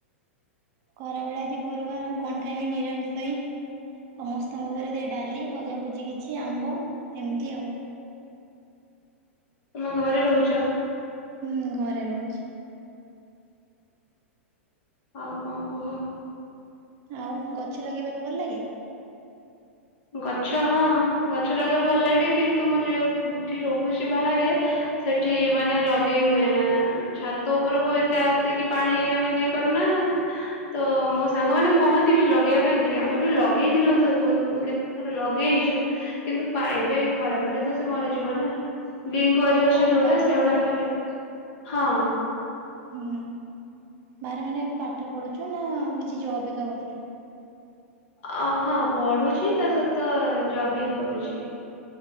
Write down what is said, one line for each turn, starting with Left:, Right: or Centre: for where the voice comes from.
Right: ଖରାବେଳେ ଅଜି ଗୁରୁବାରଉ କଣ ଖାଇବି ନିରାମିଷ ହେଇ ସମସ୍ତଙ୍କ ଘରେ ସେଇ ଡାଲି ଭଜାଭୁଜି କିଛି ଆମ୍ବ ଏମିତି ଆଉ
Left: ତମେ ଘରେ ରହୁଛ?
Right: ହୁଁ ଘରେ ରହୁଛି
Left: ଆଉ କଣ କୁହ
Right: ଆଉ ଗଛ ଲଗେଇବାକୁ ଭଲ ଲାଗେ?
Left: ଗଛ ହଁ ଗଛ ଲଗେଇବା ଭଲ ଲାଗେ କିନ୍ତୁ ମୁଁ ଯୋଉଠି ରହୁଛି ବାହାରେ ସେଠି ମାନେ ଲଗେଇ ହୁଏ ନା ଛାତ ଉପରକୁ ଏତେ ଆସିକି ପାଣି ଆମେ ଦେଇପାରୁନା ତ ମୋ ସାଙ୍ଗ ମାନଙ୍କୁ କହନ୍ତି ବି ଲଗେଇବା ପାଇଁ କି ଆମେ ବି ଲଗେଇଥିଲୁ ବହୁତ କେ ରେ ଲଗେଇଛୁ କିନ୍ତୁ ପାଇବେ ଖରାଦିନେ ତ ସେ ମରିଯିବ ନା ବିଙ୍କୱାର
Right: ତମେ
Left: ଅଛ
Right: କୋଉଠି
Left: ଛୋଟା
Right: ବାହାରେ
Left: ସେଟା
Right: ରୁହ?
Left: ଖଲେ ହଁ <inaudible>
Right: ହୁଁ ବାାରେ ମାନେ ଏବେ ପାଠ ପଢୁଛୁ ନା କିଛି ଜବିକା କରୁଛୁ?
Left: ଅ ହଁ ପଢୁଛି ତା ସହିତ ଜବ ବି କରୁଛି